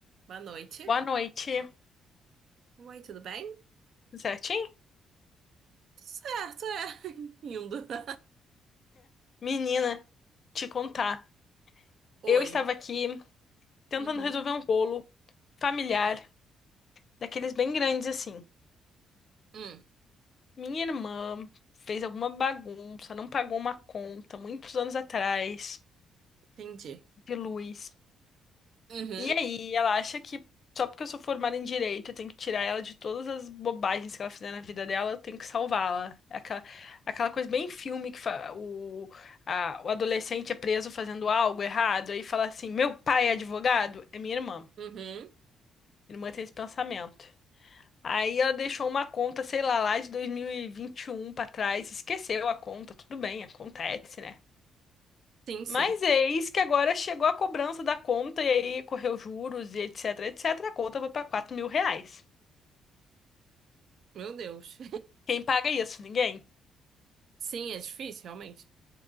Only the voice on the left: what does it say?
Boa noite,
Tudo certinho?
Menina, te contar.
Eu estava aqui tentando
resolver um bolo familiar, daqueles bem grandes assim.
Minha irmã fez alguma bagunça, não pagou uma conta muitos anos atrás
de luz.
E aí, ela acha que só porque eu sou formada em direito, eu tenho que tirar ela de todas as bobagens que ela fizer na vida dela, eu tenho que salvá-la. É aquela, aquela coisa bem filme que fa- o, a- o adolescente é preso fazendo algo errado, aí fala assim: meu pai é advogado? É minha irmã.
Minha irmã tem esse pensamento. Aí ela deixou uma conta, sei lá, lá de dois mil e e vinte e um pra trás, esqueceu a conta, tudo bem, acontece, né?
Mas eis que agora chegou a cobrança da conta e aí correu juros e etc, etc. A conta foi para quatro mil reais.
Quem paga isso? Ninguém.